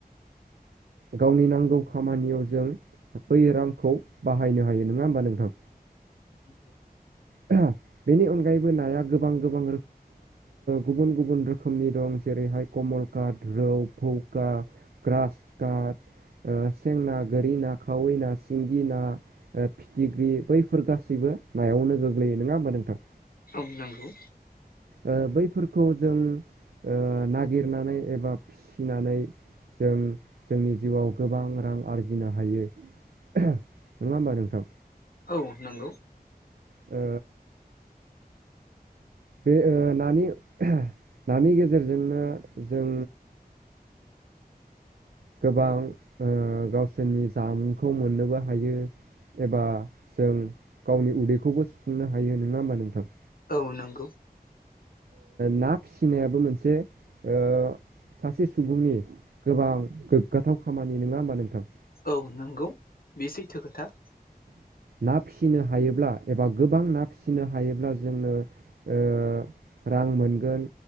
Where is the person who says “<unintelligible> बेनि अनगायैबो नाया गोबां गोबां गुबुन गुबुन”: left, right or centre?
Right